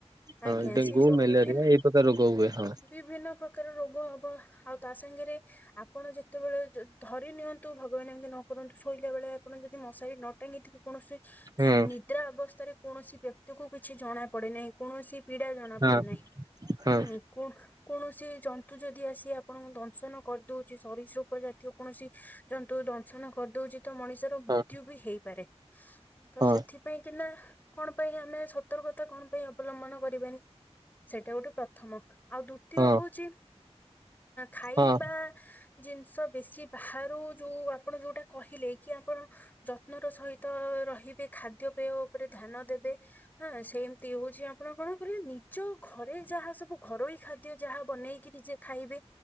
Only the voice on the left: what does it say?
ଆଜ୍ଞା
ସେ ସବୁ
ବିଭିନ୍ନ
ବିଭିନ୍ନ ପ୍ର କାର ରୋଗ ହବ ଆଉ ତା ସାଙ୍ଗରେ ଆପଣ ଯେତେବେଳେ ଧରି ନିଅନ୍ତୁ ଭଗବାନ ଏମିତି ନ କରନ୍ତୁ ଶୋଇଲା ବେଳେ ଆପଣ ଯଦି ମଶାରୀ ନ ଟାଙ୍ଗୀ ତେ କୌଣସି ନିଦ୍ରା
ଅବସ୍ଥାରେ କୌଣସି ବ୍ୟକ୍ତି କୁ କିଛି ଜଣା ପଡେ ନାହିଁ କୌଣସି ପୀଡା ଜ ତା
ପଡେ ନାହିଁ
ହୁଁ। କୌଣସି ଜନ୍ତୁ ଯଦି ଆସି ଆପଣଙ୍କୁ ଦଂଶନ କରିଦଉଛି ସରିସୃପ ଜାତି କୌଣସି ଜନ୍ତୁ ଦଂଶନ କରିଦଉଛି। ତ ମଣିଷର ମୃତ୍ୟୁ
ବି ହେଇପାରେ ତ
ସେଥି ପାଇଁ କିନା କଣ ପାଇଁ ଆମେ ସତର୍କତା କଣ ପାଇଁ ଅବଲମ୍ବନ କରିବାନି ସେଇଟା ଗୋଟେ ପ୍ରଥମ ଆଉ ଦ୍ଵିତୀୟ
ହଉଛି ଖାଇବା
ଜିନିଷ ବେଶୀ ବାହାରୁ ଯୋଉ ଆପଣ ଯୋଉଟା କହିଲେ କି ଆପଣ ଯତ୍ନ ର ସହିତ ରହିବେ ଖାଦ୍ୟପେୟ ଉପରେ ଧ୍ୟାନ ଦେବେ ହଁ ସେମତି ହଉଛି। ଆପଣ କଣ କରିବେ ନିଜ ଘରେ ଯାହା ସବୁ ଘରୋଇ ଖାଦ୍ୟ ବାନେଇକି ନିଜେ ଖାଇବେ